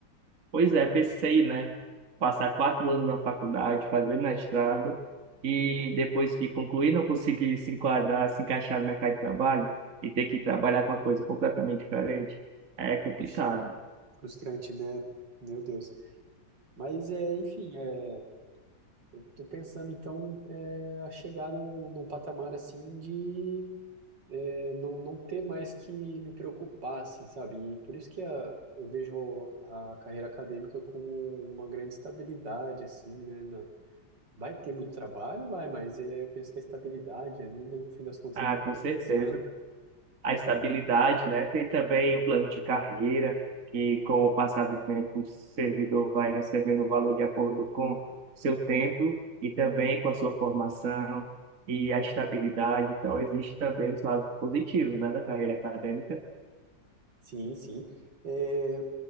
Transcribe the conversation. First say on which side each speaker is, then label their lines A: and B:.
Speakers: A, on the right (about 45°); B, on the right (about 70°).
A: Pois é, pensei, né? Passar quatro anos na faculdade, fazer mestrado, e depois que concluir, não conseguir se enquadrar, se encaixar no mercado de trabalho e ter que trabalhar com uma coisa completamente diferente. É complicado.
B: Poxa, frustrante, né? Meu Deus. Mas, é, enfim, é, eu tô pensando, então, é, a chegar num, num patamar, assim, de é, não, não ter mais que me preocupar, assim, sabe? E por isso que a, eu vejo a carreira acadêmica como uma grande estabilidade, assim, né? Vai ter muito trabalho, vai, mas eh, eu penso que a estabilidade ali, no fim das contas,
A: Ah,
B: acaba
A: com
B: compensando.
A: certeza. a estabilidade, né? Tem também o plano de carreira, que com o passar do tempo o servidor vai recebendo o valor de acordo com seu tempo e também com a sua formação e a estabilidade. Então, existe também os lados positivos, né, da carreira acadêmica.
B: Sim, sim. Eh,